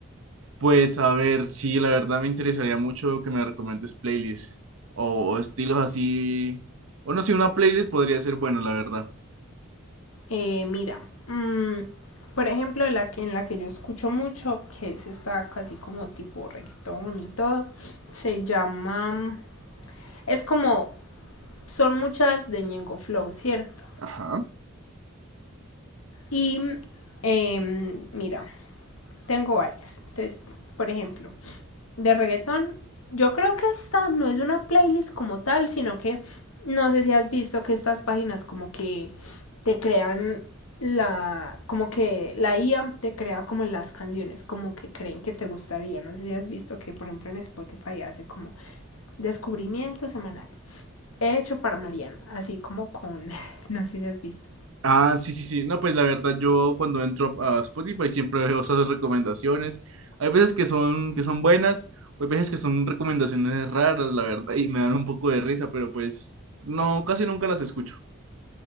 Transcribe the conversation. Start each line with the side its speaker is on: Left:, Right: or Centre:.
Right: Pues a ver, sí, la verdad me interesaría mucho que me recomiendes playlists o, o estilos así, o no sé, una playlist podría ser bueno, la verdad.
Left: Eh, mira, mm, por ejemplo, la que en la que yo escucho mucho, que es esta casi como tipo reggaetón y todo, se llama, es como, son muchas de Ñengo Flow, ¿cierto?
Right: Ajá.
Left: Y eh, mira, tengo varias. Entonces, por ejemplo, de reggaetón. Yo creo que esta no es una playlist como tal, sino que no sé si has visto que estas páginas como que te crean la como que la IA te crea como las canciones como que creen que te gustaría no sé si has visto que por ejemplo en Spotify hace como descubrimiento semanal hecho para Mariana así como con <laughs> no sé si has visto
Right: Ah, sí, sí, sí. No, pues la verdad, yo cuando entro a Spotify siempre veo esas recomendaciones. Hay veces que son, que son buenas, hay veces que son recomendaciones raras, la verdad, y me dan un poco de risa, pero pues no, casi nunca las escucho.